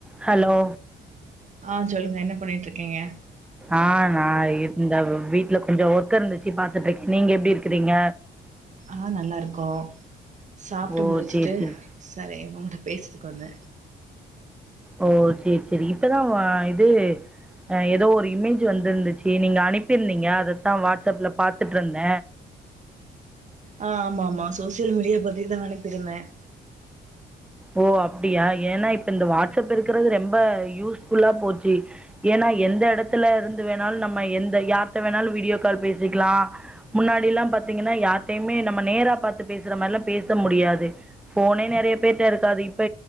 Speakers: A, in the centre; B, on the right.
A: Hello
B: ஆ சொல்லுங்க என்ன பண்ணிட்டு இருக்கீங்க
A: ஆ நா இந்தா இது வீட்ல கொஞ்சம் ஒர்க் இருந்துச்சு பாத்துட்ருக்க நீங்க எப்டி இருக்குறீங்க
B: ஆ நல்லா இருக்கோ சாப்ட்டு
A: ஓ
B: முடிச்சுட்டு
A: சேரி சேரி
B: சரின்னு உன்ட்ட பேசுத்துக்கு வந்த
A: ஓ ஓகே ஓகே இப்பதா வ இது அ ஏதோ ஒரு இமேஜ் வந்திருந்துச்சு நீங்க அனுப்பியிருந்தீங்க அதத்தா வாட்ஸ்ஆப்ல பாத்துட்ருந்த
B: ஆ ஆமா ஆமா சோசியல் மீடியா பத்திதா அனுப்பிருந்த
A: ஓ அப்டியா ஏன்னா இப்ப இந்த வாட்ஸ்அப் இருக்கிறது ரொம்ப யூஸ்ஃபுல்லா போச்சு ஏன்னா எந்த எடத்துல இருந்து வேணாலும் நம்ம எந்த யார்ட்ட வேணாலும் வீடியோ கால் பேசிக்கலா முன்னாடில்லா பாத்தீங்கன்னா யார்ட்டையுமே நம்ம நேராப் பாத்து பேசுற மாரில்லா பேச முடியாது ஃபோனே நெறைய பேர்ட்ட இருக்காது இப்ப